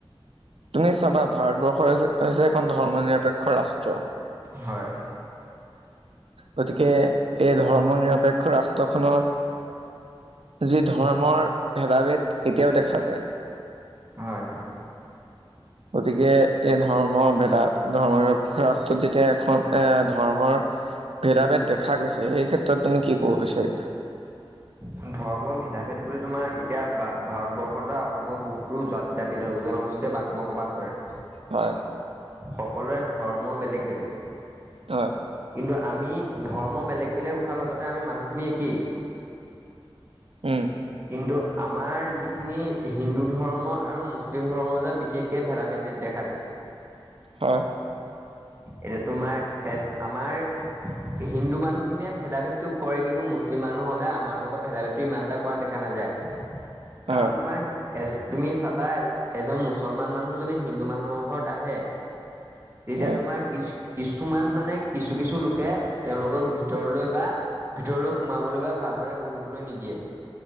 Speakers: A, on the right; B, on the right.
A: তুমি চাবা, ভাৰতবৰ্ষৰ হৈছে এখন ধৰ্ম নিৰপেক্ষ ৰাষ্ট্ৰ
B: হয়
A: গতিকে এই ধৰ্ম নিৰপেক্ষ ৰাষ্ট্ৰখনত- যি ধৰ্মৰ ভেদাভেদ এতিয়াও দেখা যায়।
B: হয়, হয়।
A: গতিকে, এই ধৰ্মৰ ভেদা ভেদ ধৰ্মৰ ৰাষ্ট্ৰত যেতিয়া এখন এ ধৰ্মৰ- ভেদাভেদ দেখা গৈছে। এই ক্ষেত্ৰত তুমি কি কব বিছাৰিবা?
B: ধৰ্মৰ ভেদা -ভেদ বুলি তোমাৰ এতিয়া ভাৰতবৰ্ষৰ পৰা অসমৰ বহুতো জাতি জন জনগোষ্ঠী- যে বাস বসবাস কৰে।
A: হয়।
B: সকলোৰে ধৰ্ম বেলেগ-বেলেগ।
A: হয়।
B: কিন্তু আমি ধৰ্ম বেলেগ- বেলেগ হোৱাৰ লগতে আমি মানুহখিনি একেই।
A: উম।
B: কিন্তু আমাৰ যিখিনি হিন্দু ধৰ্ম আৰু মুছলিম ধৰ্ম যে বিশেষ- কে ভেদা -ভেদ দেখা যায়।
A: হয়।
B: এতিয়া তোমাৰ এজ- আমাৰ হিন্দু মানুহখিনিয়ে ভেদা -ভেদটো কৰে। কিন্তু মুছলিম মানুহখিনি আমাৰ লগত ভেদা -ভেদ- ইমান এটা কৰা দেখা নাযায়।
A: হয়,
B: কাৰণ তোমাৰ- এজ, তুমি চাবা এজন মুছলমান মানুহ যদি হিন্দু মানুহৰ ঘৰত আহে- তেতিয়া
A: হয়,
B: তোমাৰ কি কিছুমান মানে- কিছু- কিছু লোকে তেওঁলোকক ভিতৰলৈ বা- ভিতৰলৈ সোমাবলৈ বা ভালদৰে বহিবলৈ নিদিয়ে।